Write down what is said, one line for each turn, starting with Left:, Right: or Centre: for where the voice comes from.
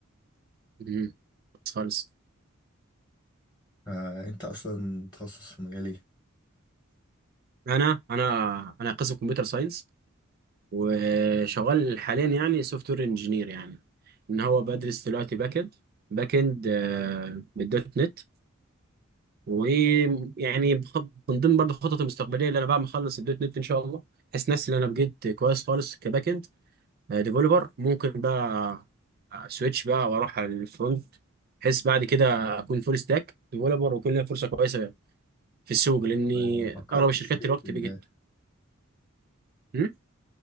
Right: امم، خالص
Left: آه أنت أصلا تخصص في مجال إيه؟
Right: انا انا انا قسم كمبيوتر ساينس وشغال حاليا
Left: بتخصص.
Right: يعني سوفت وير انجينير يعني ان هو بدرس دلوقتي باك اند باك اند آه، بالدوت نت ويعني بخ- من ضمن برضه خططي المستقبليه اللي انا بعد ما اخلص الدوت نت ان شاء الله احس نفسي ان انا بقيت كويس خالص كباك اند ديفلوبر ممكن بقى سويتش بقى واروح على الفرونت بحيث بعد كده اكون فول ستاك ديفلوبر ويكون ليا فرصه كويسه في السوق لاني
Left: ما فكرتش
Right: اغلب الشركات
Left: ليه
Right: دلوقتي
Left: في الداتا
Right: بقت هم؟